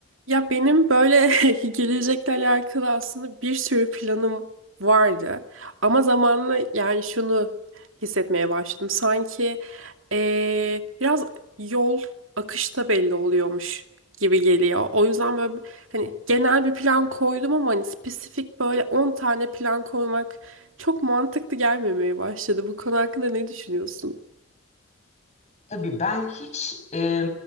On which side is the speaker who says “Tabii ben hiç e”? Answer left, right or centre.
Left